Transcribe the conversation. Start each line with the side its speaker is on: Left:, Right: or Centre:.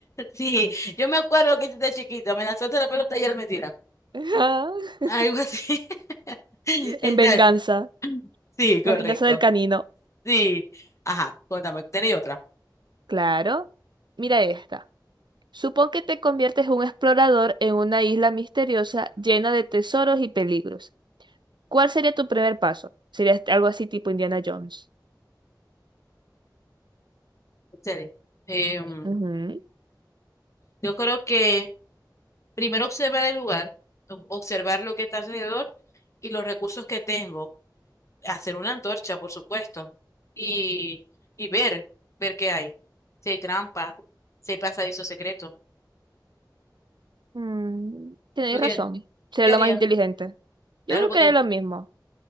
Left: Sí, yo me acuerdo que desde chiquita me lanzaste la pelota y era mentira.
Right: <laughs>
Left: Algo así. <laughs> Está
Right: En venganza,
Left: bien. Sí, correcto.
Right: la venganza del canino.
Left: Sí. Ajá, cuéntame, ¿tenéis otra?
Right: Claro. Mira esta. Supón que te conviertes en un explorador en una isla misteriosa llena de tesoros y peligros. ¿Cuál sería tu primer paso? Sería este- algo así tipo Indiana Jones.
Left: Excelente. Em,
Right: Ujú.
Left: yo creo que primero observar el lugar, o- observar lo que está alrededor y los recursos que tengo. hacer una antorcha, por supuesto, y, y ver, ver qué hay. Si hay trampa, si hay pasadizo secreto.
Right: Mm, tenéis
Left: ¿Tú qué,
Right: razón. Sería
Left: tú qué
Right: lo
Left: harías?
Right: más inteligente. Yo
Left: Claro,
Right: creo
Left: porque
Right: que es lo mismo.